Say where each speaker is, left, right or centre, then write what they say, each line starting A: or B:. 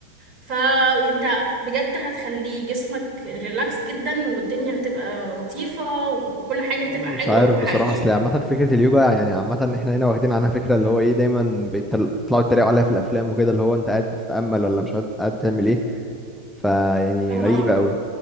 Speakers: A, on the right; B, in the centre.
A: فانت بجد هتخلي جسمك ريلاكسد جدا والدنيا هتبقى لطيفة وكل حاجة
B: مش
A: هتبقى حلوة
B: عارف
A: وحقيقي
B: بصراحة اصل عامة فكرة اليوجا يعني عامة احنا هنا واخدين عنها فكرة اللي هو ايه دايما بيتل- بيطلعوا يتريقوا عليها في الافلام وكده اللي هو انت قاعد بتتأمل ولا مش قاعد قاعد بتعمل ايه فيعني
A: اه
B: غريبة قوي